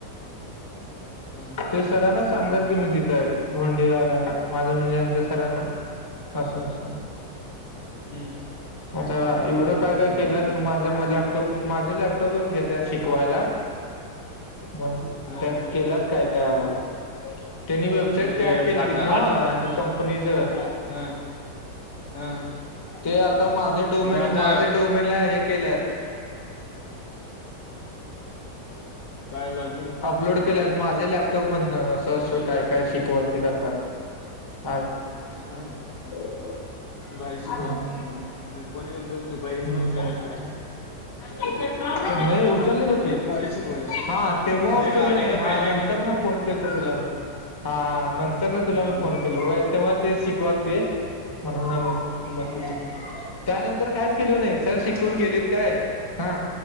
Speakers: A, on the left; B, on the left.
A: हां,
B: ते सरांनाच सांगणार
A: बरं, एक,
B: कि
A: दोन,
B: मी तिथं आहे
A: दोन.
B: होंडिया आल्याला माझं म्हणजे आमचं सरांना असं अससं
A: हम्म.
B: आता
A: असं असं
B: एवढं
A: केले
B: काय काय
A: कराले
B: केलं
A: म्हणून
B: तुम्हा लॅपटॉप माझे लॅपटॉपच घेते शिकवायला. मग
A: हां
B: त्यात केलात काय काय आबा त्यांनी वेबसाईट
A: म्हणजे
B: तयार केली
A: आता
B: त नाव
A: आज
B: ज कंपनीचं
A: हां. हां
B: ते आता माझे डोमेन
A: मग आता
B: माझे डोम. तला हे केल्यात.
A: कायलाग.
B: अपलोड केल्यात माझे लॅपटॉप मधन, असं असं काय काय शिकवाल ते आता. आज.
A: हां भारीची क्वालिटी
B: हम्म
A: किे मग फोन घ दु. बै म्हणून
B: हम्म
A: उतला नाही काय?
B: नाही उचलले न.
A: भारी शिकवायला ते
B: हा तेव्हा उचललो
A: ना, अनेकदा
B: नाही हा
A: पहिला
B: नंतर
A: एकदा गेलतो
B: ना फोन. तुला म ह नंतर
A: हम्म,
B: तुला मी फोन केल ते. ते शिकवाल ते म्हणून, आम्ही बसल
A: हम्म,
B: त्यानंतर कायच केल नाही. सर
A: बर
B: शिकून गेलीत काय हा